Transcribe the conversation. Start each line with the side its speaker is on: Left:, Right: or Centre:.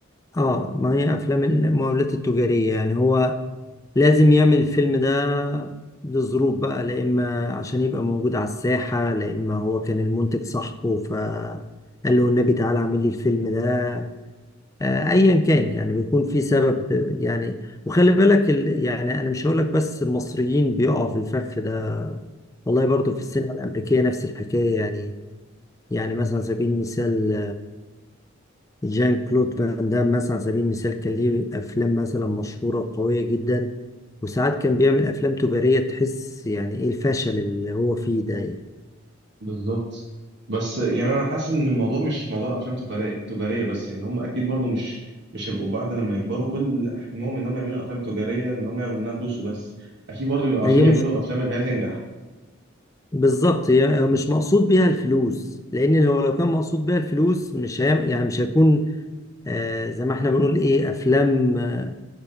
Left: آه ما هي أفلام المقاولات التجارية يعني هو لازم يعمل الفيلم ده لظروف بقى لا إما عشان يبقى موجود على الساحة لا إما هو كان المنتج صاحبه فقال له النبي تعالى اعمل لي الفيلم ده آه، أيا كان يعني بيكون في سبب يعني وخلي بالك ال... يعني أنا مش هقولك بس المصريين بيقعوا في الفخ ده والله برضو في السينما الأمريكية نفس الحكاية يعني يعني مثلا على سبيل المثال جان كلود فان دام مثلا على سبيل المثال كان ليه افلام مثلا مشهوره قويه جدا وساعات كان بيعمل افلام تجاريه تحس يعني ايه الفشل اللي هو فيه ده يعني
Right: بالظبط بس يعني انا حاسس ان الموضوع مش موضوع افلام تجاريه تجاريه بس يعني هم اكيد برضو مش مش هيبقوا بعد لما يكبروا كل حلمهم ان هم يعملوا افلام تجاريه ان هم ياخدوا منها فلوس وبس اكيد برضو بيبقوا عاوزين
Left: هي
Right: يعملوا
Left: مش
Right: افلام اللي هي تنجح
Left: بالظبط هي مش مقصود بيها الفلوس لان هو لو كان مقصود بيها الفلوس مش هيعمل يعني مش هيكون آه زي ما احنا بنقول ايه افلام آه،